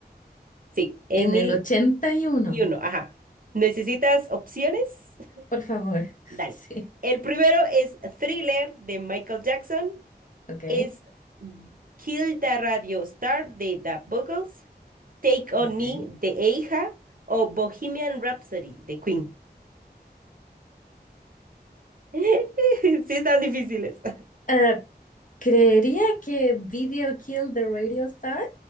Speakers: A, on the right; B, on the left.
A: Sí, en
B: en
A: mil
B: el ochenta y uno.
A: y uno. ajá. ¿Necesitas opciones? <laughs>
B: Por favor. <laughs>
A: Dale.
B: Sí.
A: El primero es Thriller de Michael Jackson.
B: Ok.
A: es Kill the Radio Star de The Buggles, Take on
B: Ok.
A: Me de Eija o Bohemian Rhapsody de Queen. <laughs> Sí, están difíciles.
B: Eh, creería que Video Killed the Radio Star.